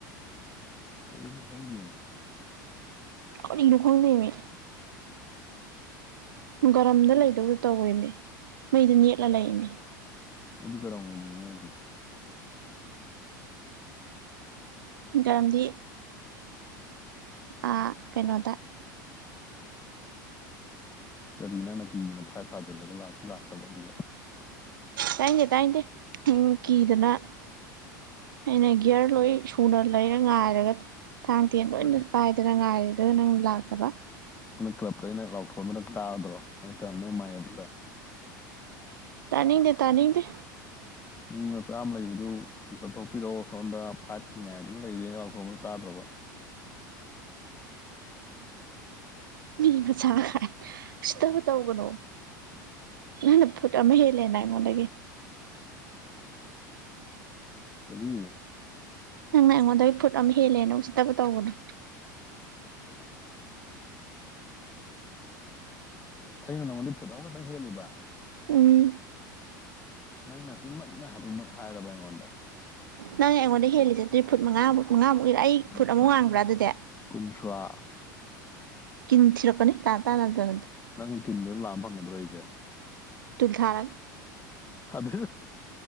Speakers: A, on the left; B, on the right.
A: ꯐꯃꯦ
B: ꯑꯅꯤꯔ ꯈꯨꯝꯗꯃꯤ ꯒꯔꯝꯗ ꯂꯩꯗꯧꯗ ꯇꯧꯋꯅꯦ ꯃꯩꯗ ꯅꯦꯠꯂ ꯂꯩꯅꯤ
A: ꯑꯗꯤ ꯀꯥꯎꯦ ꯃꯤꯅꯦꯁꯦ
B: ꯀꯝꯗꯤ ꯑ ꯀꯩꯅꯣꯗ
A: ꯀꯔꯤ ꯅꯪꯅ ꯀꯤꯗꯅꯣ ꯐꯥꯏꯠ ꯇꯥꯁꯤꯜꯂꯒ ꯂꯁꯨ ꯂꯥꯛꯇꯕ ꯑꯗꯨꯒ
B: ꯇꯥꯏꯅꯦꯦ ꯇꯥꯏꯗꯦ ꯎꯝ ꯀꯤꯗꯅ ꯑꯩꯅ ꯒꯌꯥꯔ ꯂꯣꯏ ꯁꯨꯗꯔ ꯂꯩ ꯉꯥꯏꯔꯒ ꯊꯥꯡ ꯇꯦꯟ ꯂꯣꯏꯅ
A: ꯅꯪ
B: ꯄꯥꯏꯗꯅ ꯉꯥꯏꯔꯦ ꯑꯗꯨꯒ ꯅꯪ ꯂꯥꯛꯇꯕ
A: ꯅ ꯀ꯭ꯂꯞꯇ ꯑꯩꯅ ꯂꯥꯎꯊꯣꯛꯗꯅ ꯇꯥꯗ꯭ꯔꯣ ꯀ ꯅꯣꯏ ꯃꯥꯌꯦꯇ
B: ꯇꯅꯤꯗꯦ ꯇꯅꯤꯗ
A: ꯃꯤ ꯃꯆꯥ ꯑꯃ ꯂꯩꯕꯗꯨ ꯑꯝꯇ ꯊꯣꯛꯣꯛꯄꯤꯔꯛꯑꯣ ꯁꯣꯝꯗ ꯐꯥꯏꯠꯀꯤꯉꯥꯏ ꯑꯗꯨꯅ ꯂꯩꯔꯤꯦꯅ ꯂꯥꯎꯊꯣꯛꯕꯗ ꯇꯥꯗ꯭ꯔꯕ <unintelligible>
B: ꯃꯤ ꯃꯆꯥ ꯍꯥꯏꯥꯏ ꯁꯤꯠꯇꯕ ꯇꯧꯒꯅꯣ ꯅꯥꯟ ꯐ ꯃꯂꯦ ꯅ ꯍꯥꯏꯣꯟ ꯑꯃꯒꯤꯦ
A: <unintelligible> ꯀꯗꯤ
B: ꯅꯪꯅ ꯑꯩꯉꯣꯟꯗ ꯐꯨꯠ ꯑꯃ ꯍꯦꯜꯂꯦ ꯅ ꯎꯁꯤꯠꯇꯕ ꯇꯧꯕꯅꯣ
A: ꯑꯩꯅ ꯅꯪꯉꯣꯟꯗꯤ ꯐꯨꯠ ꯑꯃꯈꯛꯇꯪ ꯍꯦꯜꯂꯤꯕ
B: ꯎꯝ
A: ꯅꯪꯅ ꯁꯤꯟꯃꯛꯅ ꯑꯗꯨꯃꯛ ꯍꯥꯏꯔꯕ ꯑꯩꯉꯣꯟꯗ
B: ꯅꯪ ꯑꯩꯉꯣꯟꯗ ꯍꯦꯜꯂꯤ ꯆꯠꯇ꯭ꯔꯤ ꯐꯨꯠ ꯃꯉꯥꯃꯨꯛ ꯃꯉꯥꯃꯨꯛꯀꯤꯔ ꯑꯩ
A: ꯀꯨꯟꯊ꯭ꯔꯥ
B: ꯐꯨꯠ ꯑꯃꯨꯛ ꯋꯥꯡꯕ꯭ꯔꯥ ꯑꯗꯨꯗꯤ
A: ꯀꯨꯟꯊ꯭ꯔꯥ
B: ꯀꯤꯟꯊꯤꯔꯛꯅꯤ ꯇ ꯇ ꯅ ꯇ
A: ꯅꯪ ꯀꯤꯟꯗꯨꯅ ꯂꯥꯛꯑ ꯐꯪꯒꯗ꯭ꯔꯣ ꯑꯩꯁꯦ
B: ꯁꯜꯙꯔꯛ
A: ꯑꯗ